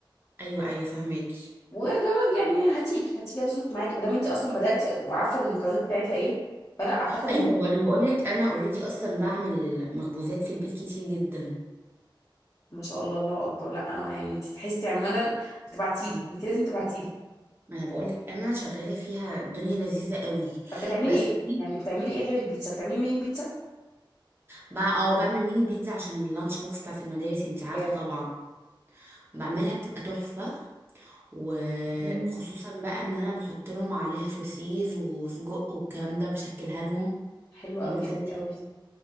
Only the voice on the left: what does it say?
وجواب يعني هتيجي هتيجي هتظبط معاكي ما دام انت اصلا بدأتي وعارفه المكونات بتاعتها ايه فلا اعتقد
هتيجي
ما شاء الله الله اكبر لا آه، يعني انت تحسي عمالا وتبعتي لي انت لازم تبعتي لي
طب بتعملي
ايه
يعني بتعملي ايه غير البيتزا بتعملي مين البيتزا
حاجات
مم.
حلو
قوي
قوي قوي